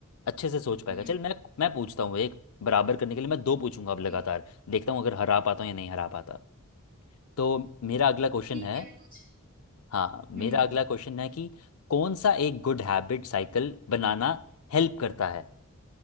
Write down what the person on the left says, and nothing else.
अच्छे से सोच पाएगा
चल मैं मैं पूछता हूँ एक बराबर करने के लिए मैं दो पूछूंगा अब लगातार
देखता हूँ अगर हरा पाता हूँ या नहीं हरा पाता तो मेरा अगला क्वेश्चन
है
हाँ
मेरा अगला क्वेश्चन है कि कौन सा एक गुड हैबिट साइकिल बनाना हेल्प करता है